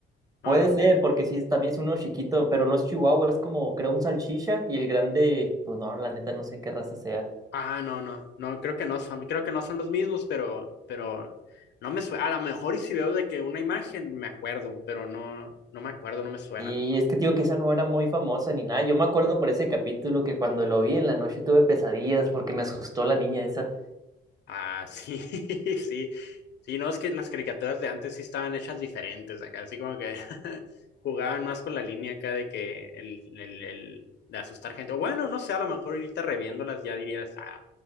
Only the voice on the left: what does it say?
No,
no.
Ah, no, no. No, creo que no son, creo que no son los mismos, pero, pero no me suena. A lo mejor y si veo de que una imagen me acuerdo, pero no, no me acuerdo, no me suena.
Ah, sí, <laughs> sí. Sí, no, es que las caricaturas de antes sí estaban hechas diferentes acá, así como que <laughs> jugaban más con la línea acá de que el, el, el de asustar gente. O bueno, no sé, a lo mejor ahorita reviéndolas ya dirías, ah,